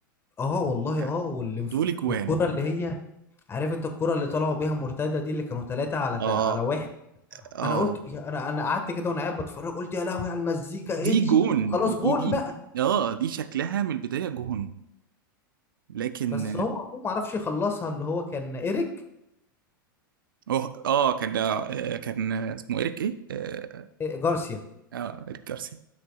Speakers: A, on the left; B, on the right.
A: اه والله
B: يعني
A: اه والانف...
B: دول جوان
A: والكرة اللي هي عارف انت الكرة اللي طلعوا بيها مرتدة دي اللي كانوا ثلاثة على ت-
B: اه
A: على واحد
B: اه
A: انا قلت يا- انا انا قعدت كده وانا قاعد بتفرج قلت يا لهوي على المزيكا ايه
B: دي
A: دي
B: جون
A: وخلاص
B: دي
A: جون
B: دي
A: بقى
B: اه دي شكلها من البداية جون لكن
A: بس هو هو ما عرفش يخلصها اللي هو كان ايريك
B: اه اه كان آه كان اسمه اريك ايه اه,
A: إيه، جارسيا
B: آه اريك جارسيا